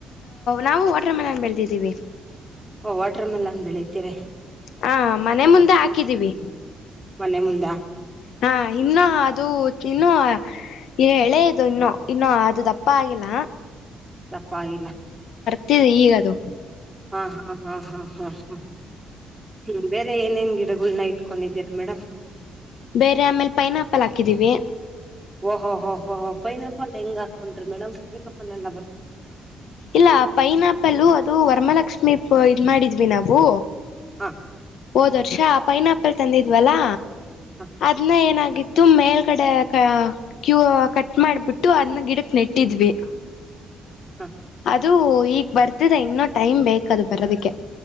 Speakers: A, on the left; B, in the centre.
A: ನಾವು ವಾಟರ್ ಮೆಲನ್ ಬೆಳದಿದ್ದೀವಿ.
B: ಓ ವಾಟರ್ ಮೆಲನ್ ಬೆಳತಿರ.
A: ಹಾ ಮನೆ ಮುಂದೆ ಹಾಕಿದ್ದೀವಿ.
B: ಮನೆ ಮುಂದ
A: ಹಾ ಇನ್ನ ಅದು ಇನ್ನು ಎಳೆದು ಇನ್ನು ಇನ್ನ ಅದು ದಪ್ಪ ಆಗಿಲ್ಲ.
B: ದಪ್ಪ ಆಗಿಲ್ಲ.
A: ತಿ ಈಗದು
B: ಹಾ ಹಾ ಹಾ ಹಾ ಹಾ ಹಾ ಹ್ಮ್ ಬೇರೆ ಏನೇನ್ ಗಿಡಗಳನ್ನ ಇಟ್ಕೊಂಡಿದ್ದೀರ ಮೇಡಮ್
A: ಬೇರೆ ಆಮೇಲ್ ಪೈನಾಪಲ್ ಹಾಕಿದೀವಿ.
B: ಓಹೋ ಹೊ ಹೊ ಹೊ ಫೈನಪಲ್ ಹೆಂಗ್ ಹಾಕೊಂಡ್ರಿ ಮೇಡಮ್ ಪೈನಾಪಲ್ ಎಲ್ಲ ಬರ್
A: ಇಲ್ಲ ಪೈನಾಪಲ್ಲು ಅದು ವರ್ಮಾಲಕ್ಷ್ಮಿ ಪ್ ಇದ್ ಮಾಡಿದ್ವಿ ನಾವು
B: ಹಾ.
A: ಓದ್ ವರ್ಷಾ ಆ ಪೈನಾಪಲ್ ತಂದಿದ್ವಲ್ಲಾ
B: ಹಾ
A: ಅದ್ನೇ ಏನಾಗಿತ್ ತುಂಬ ಮೇಲ್ ಕಡೆ <unintelligible> ಕ್ಯೂ ಕಟ್ ಮಾಡ್ಬಿಟ್ಟು ಅದನ್ನ ಗಿಡಕ್ ನೆಟ್ಟಿದ್ವಿ
B: ಹಾ
A: ಅದು ಈಗ್ ಬರ್ತಿದೆ ಇನ್ನೂ ಟೈಮ್ ಬೇಕದು ಬರೋದಕ್ಕೆ